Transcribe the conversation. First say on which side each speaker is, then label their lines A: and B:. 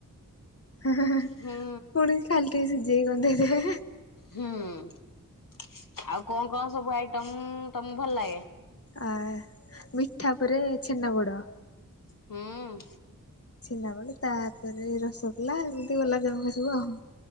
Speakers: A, on the left (about 45°); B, on the left (about 75°).
A: ହେଁ ହେଁ ଫୁଣି
B: ହୁଁ
A: ଖାଲି ଟିକେ ସିଜେଇ <inaudible> ହେଁ ହେଁ।
B: ହୁଁ ଆଉ କଣ କଣ ସବୁ ଆଇଟମ ତମକୁ ଭଲ ଲାଗେ?
A: ଆ ମିଠା ଉପରେ ଛେନା ପୋଡ଼।
B: ହୁଁ।।
A: ଛେନା ବେଳେ ତାପରେ ରସଗୋଲା ଏମିତି ଗଲାପ ଜାମୁ ସବୁ ଆଉ।